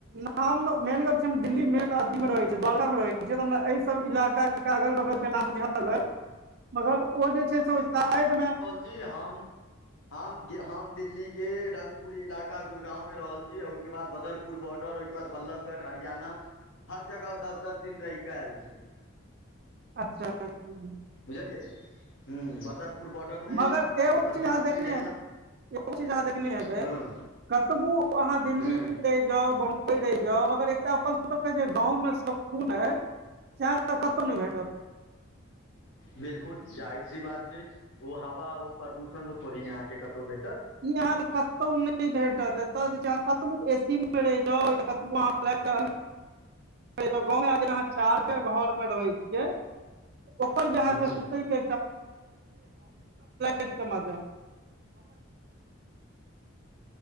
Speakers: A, on the right; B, on the left.
A: ना हम मेन गप छै न दिल्ली मेन अथी मे रहे छै द्वारका में रहे छै तऽ हमरा एह सब इलाका केँ अगल बगल केँ नाम बुझल अइ। मगर ओ जे छै से ओ साड ना
B: जी हम हम हम दिल्ली केँ रंगपुरी इलाका गुरगाँव में रहल छी औ ओइ केँ बाद बादरपुर बॉर्डर ओइ केँ बाद बल्लभगढ़ हरियाणा हर जगह ओ दस दस दिन रहि कऽ ऐल छैय
A: अच्छा <unintelligible>
B: बुझलियै हु बदरपुर बॉर्डर में
A: मगर एगो
B: हमर
A: चीज अहाँ
B: खास
A: देखने
B: रिलेशन
A: एगो चीज अहाँ देखने हेब
B: हँ
A: <inaudible> कतबु अहाँ दिल्ली
B: हँ
A: म रैह जाउ रैह जा मगर एकटा अपन सब केँ जे गाँव में सुकून अय से <unintelligible> कतौ नैभेटत।
B: बिल्कुल जाहिर सी बात छै ओ हवा ओ प्रदूषण ओ थोड़ी न अहाँकेँ कतौ भेटत।
A: ई अहाँ कऽ कतौ नै भेटत एत जे छै अहाँ कतबु ए सी मे रहि जाउ कतबु अहाँ फ्लैट जाउ, गाँव अहाँ चार केँ घर में रहे छियै ओकर जे अहाँ
B: हूँ
A: कऽ सुते कऽ एकटा मजा